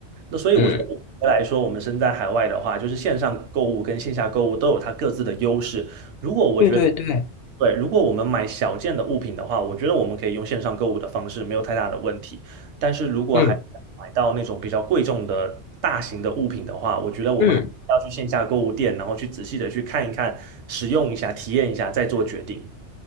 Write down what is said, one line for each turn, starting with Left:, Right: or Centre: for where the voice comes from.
Right: 那所以我觉得总结来说，
Left: 嗯。
Right: 我们身在海外的话，就是线上购物跟线下购物都有它各自的优势。如果我觉得，
Left: 对对对，
Right: 对，如果我们买小件的物品的话，我觉得我们可以用线上购物的方式，没有太大的问题。但是如果还买到那种比较贵重的大型的物品的话，
Left: 嗯
Right: 我觉得我们还是要去线下购物店，
Left: 嗯，
Right: 然后去仔细的去看一看、使用一下、体验一下，再做决定。